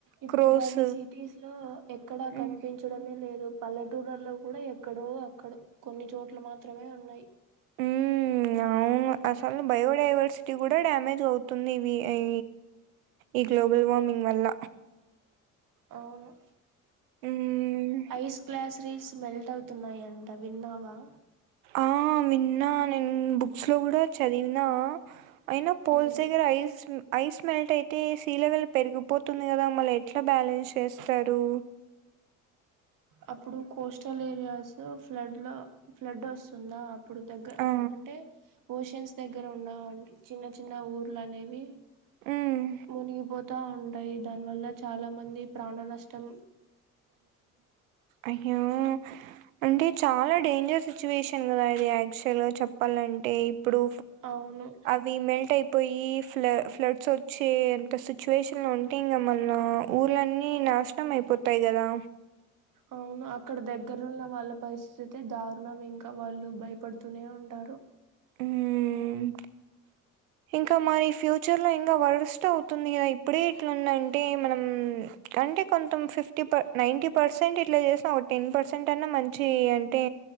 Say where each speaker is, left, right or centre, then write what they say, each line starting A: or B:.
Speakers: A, on the right; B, on the right.
A: ఇప్పుడు
B: క్రోస్
A: అవి సిటీస్ లో ఎక్కడా
B: హ్మ్.
A: కనిపించడమే లేదు. పల్లెటూర్లల్లో కూడా ఎక్కడో అక్కడ కొన్ని చోట్ల మాత్రమే ఉన్నాయ్.
B: ఉమ్ అవును అసలు బయోడైవర్సిటీ కూడా డ్యామేజ్ అవుతుంది, ఇవి ఈ ఈ గ్లోబల్ వార్మింగ్ వల్ల
A: అవును
B: హ్మ్.
A: ఐస్ గ్లాస్ రీల్స్ మెల్ట్ అవుతున్నాయ. అంట విన్నావా?
B: ఆ విన్న, నేను బుక్స్లో కూడా చదివిన అయినా పోల్స్
A: ఉమ్
B: దగ్గర ఐస్ ఐస్ మెల్ట్ అయితే సలవల్ పెరిగిపోతుంది కదా మళ ఎ ఎట్లా బ్యాలెన్స్ చేస్తారు
A: అ ఇప్పుడు కోస్టల్ ఏరియాస్ ఫ్లడ్లో ఫ్లడ్ వస్తుందా ఇప్పుడు దగ్గర
B: ఆ
A: అంటే ఓషన్స్ దగ్గర ఉన్నావు అండి చిన్న చిన్న ఊర్లు అనేవి
B: ఉమ్
A: మునిగి పోతా ఉం యి దాని వల్ల చాలా మంది ప్రాణా కష్టం
B: అయ్యో అంటే చాలా డేంజర్ సిచ్యువేషన్ కదా ఇది యాక్చువల్ గా చెప్పాలంటే ఇప్పుడు
A: అవును
B: అవి మెల్ట్ అయిపో పోయి ఫ్ల ఫ్లడ్స్ వచ్చే ఎంత సిచ్యువేషన్లు ఉంటాయి ఇంకా మళ్ళ ఊర్లన్నీ నాశనం అయిపోతాయి కదా
A: అవును అక్కడ దగ్గరున్న వాళ్ళ పరిస్థితి అయితే దారుణం ఇంకా వాళ్ళు భయపడుతూనే ఉంటారు
B: ఉమ్ ఇంకా మరి ఫ్యూచర్లో ఇంకా వర్స్ట్ అవుతుంది కదా ఇప్పుడే ఇట్లాందంటే మనం అంటే కొంతం ఫిఫ్టీ ప నైంటీ పర్సెంట్ ఇట్లా చేసినా ఒక టెన్ పర్సెంట్ అన్నా మంచి అంటే